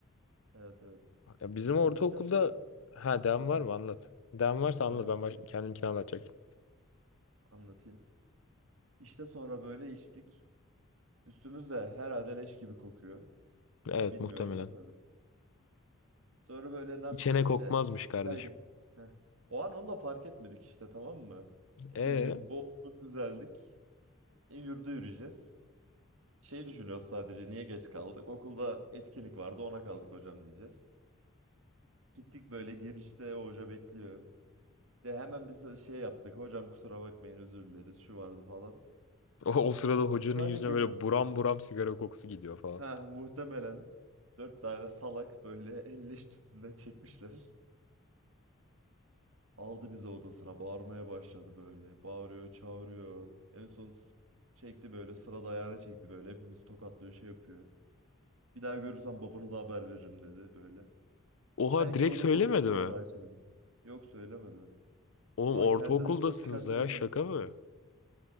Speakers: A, on the right; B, on the left.
A: Evet evet.
B: Ya bizim ortaokulda
A: İşte sonra Ha,
B: ha devam
A: anlat.
B: var mı anlat. Devam varsa
A: Var
B: anlat
A: var
B: ben baş... kendimkini anlatacaktım.
A: anlatayım. İşte sonra böyle içtik. Üstümüz de herhalde leş gibi kokuyor.
B: Evet
A: Bilmiyorum
B: muhtemelen.
A: da tabii. Sonra böyle ne yapacağız?
B: İçene kokmazmış
A: Şey.
B: kardeşim.
A: Ya, ge- Heh. O an onu da fark etmedik işte tamam mı? Ne
B: E
A: bileyim biz boğulduk güzeldik. E, yürüdü yürüyeceğiz. Şey düşünüyoruz sadece niye geç kaldık? Okulda etkinlik vardı ona kaldık hocam diyeceğiz. Gittik böyle girişte o hoca bekliyor. Ya hemen biz de şey yaptık. Hocam kusura bakmayın özür dileriz şu vardı falan.
B: o, o sırada hocanın
A: Sadece
B: yüzüne
A: geç
B: böyle
A: kaldık.
B: buram buram sigara kokusu gidiyor falan.
A: Ha muhtemelen dört tane salak böyle <laughs> elleş tütünden çekmişler. Aldı bizi odasına bağırmaya başladı böyle. Bağırıyor çağırıyor. En son s- çekti böyle sırada ayağına çekti böyle. Hepimizi tokatlıyor şey yapıyor. Bir daha görürsem babanıza haber veririm dedi böyle.
B: Oha
A: Belki
B: direkt
A: de onun
B: söylemedi
A: korkusundan
B: mi?
A: daha içemedim. Yok söylemedi.
B: Oğlum
A: O
B: ortaokuldasınız
A: an kendi hırsını çıkarttı
B: da ya
A: bizden.
B: şaka mı?